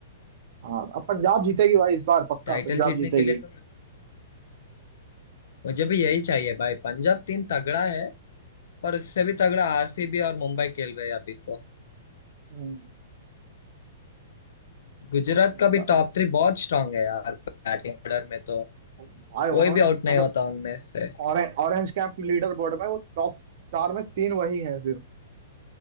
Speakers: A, on the right; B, on the left.
A: हाँ अब पंजाब जीतेगी भाई इस बार पक्का
B: टाइटल
A: पंजाब
B: जीतने
A: जीतेगी
B: के लिए तो मुझे भी यही चाहिए भाई पंजाब टीम तगड़ा है पर उससे भी तगड़ा आरसीबी और मुंबई खेल रहे हैं अभी तो
A: हम्म,
B: गुजरात
A: पंजाब-
B: का भी टॉप थ्री बहुत स्ट्रांग है यार बैटिंग ऑर्डर में तो
A: भाई
B: कोई
A: उन्होंने
B: भी आउट नहीं
A: मतलब
B: होता उनमें से
A: orange orange camp leader board में वो टॉप चार में तीन वही हैं सिर्फ